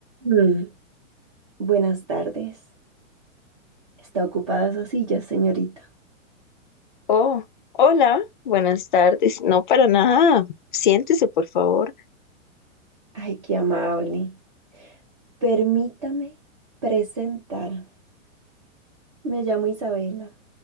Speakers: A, on the right; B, on the left.
A: Mm, Buenas tardes. ¿Está ocupada esa silla, señorita?
B: Oh, hola, buenas tardes. No, para nada. Siéntese, por favor.
A: Ay, qué amable. Permítame presentarme. Me llamo Isabela.